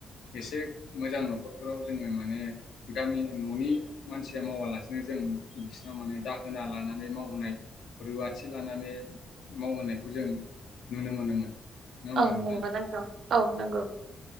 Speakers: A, on the left; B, on the right.
A: एसे मोजां न'खरफोराव जोङो माने गामि न'नि मानसिया मावालासिनो जों बिसिनाव माने दाहोना लानानै मावहोनाय रुवाथि लानानै मावहोनायखौ जों नुनो मोनोमोन। नङा होनबा
B: औ
A: नोंथां?
B: नंगौ औ नंगौ